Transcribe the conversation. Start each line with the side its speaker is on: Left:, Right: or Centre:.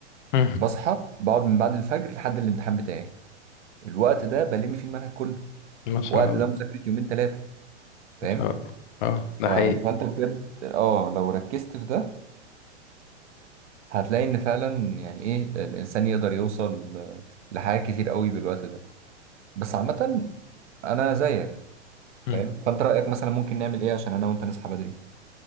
Left: مم.
Right: بصحى بقعد من بعد الفجر لحد الامتحان بتاعي الوقت ده بلم فيه المنهج كله
Left: ما شاء
Right: الوقت
Left: الله
Right: ده مذاكرة يومين ثلاثة فاهم؟
Left: ما شاء الله اه ده
Right: ف-
Left: حقيقي
Right: فانت بالظبط بجد اه لو ركزت في ده هتلاقي ان فعلا يعني ايه الانسان يقدر يوصل لحاجات كتير قوي بالوقت ده بس عامة انا زيك
Left: مم.
Right: فاهم فانت رأيك مثلا ممكن نعمل ايه عشان انا وانت نصحى بدري